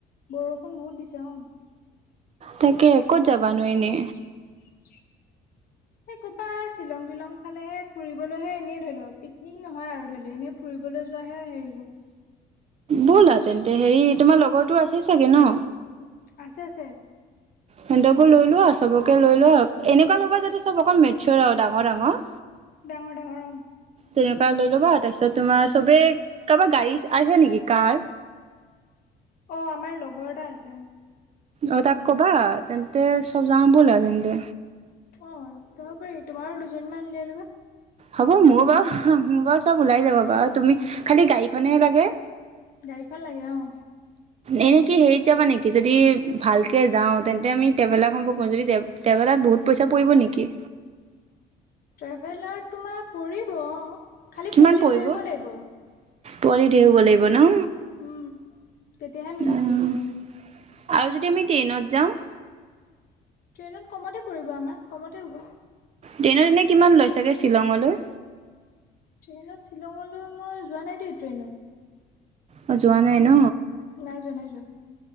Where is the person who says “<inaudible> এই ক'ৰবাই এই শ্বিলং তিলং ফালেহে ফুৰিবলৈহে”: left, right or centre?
Left